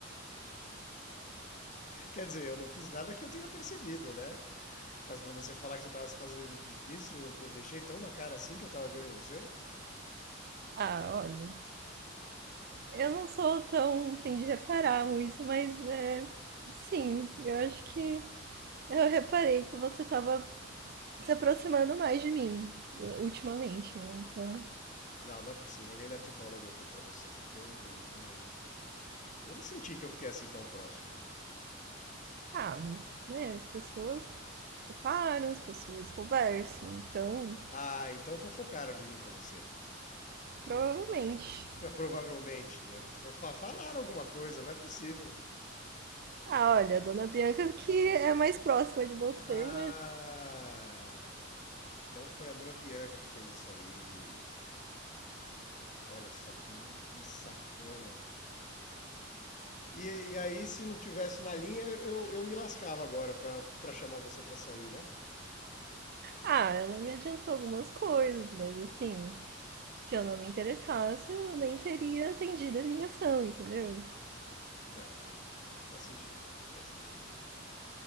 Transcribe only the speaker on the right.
Ah, olha, eu não sou tão, assim, de reparar muito, mas é, sim, eu acho que eu reparei que você tava se aproximando mais de mim ultimamente, né? Então,
ah, mas, né, as pessoas reparam, as pessoas conversam, então,
provavelmente.
Ah, olha, a dona Bianca que é mais próxima de você,
mas
Ah, ela me adiantou algumas coisas, mas assim, se eu não me interessasse, eu nem teria atendido a ligação, entendeu?